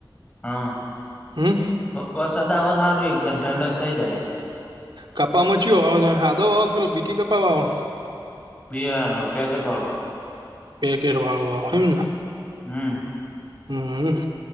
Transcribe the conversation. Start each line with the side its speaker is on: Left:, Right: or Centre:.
Left: હા
Right: હમ
Left: વરસાદ આ સારું એકદમ ઠંડક થઇ જાય.
Right: કપા મચી સાાદો વાવો કલો બીઠટી કપા વાવો.
Left: બાર પેકેટ વાળું.
Right: પેકેર વાળું વાળ હોમને.
Left: હમ.
Right: હમ